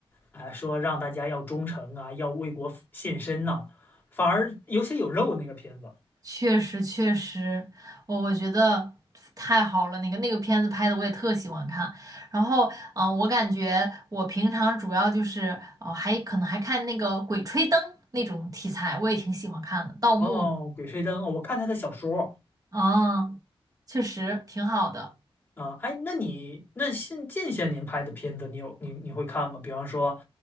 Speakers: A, on the left; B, on the right.
A: 啊、说让大家要忠诚啊，要为国献身呐、反而有血有肉那个片子，
B: 确实，确实，我我觉得太好了，那个那个片子拍的我也特喜欢看。然后，嗯、我感觉我平常主要就是，哦、还可能还看那个《鬼吹灯》那种题材，我也挺喜欢看的，盗墓的。
A: 哦，《鬼吹灯》哦，我看他的小说
B: 哦，确实挺好的。
A: 啊、哎，那你那近近些年拍的片子，你有你你会看吗？比方说